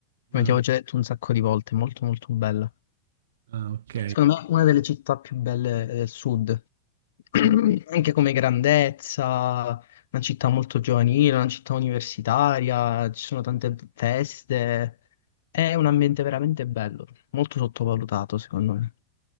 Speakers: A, on the left; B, on the right.
A: Come
B: eh,
A: ti avevo già detto un sacco di volte, molto molto bella.
B: ah, ok.
A: Secondo me una delle città più belle del sud, <clears throat> anche
B: Mm.
A: come grandezza, una città molto giovanile, una città universitaria, ci sono tante feste, è un
B: sì.
A: ambiente veramente bello, molto sottovalutato secondo me.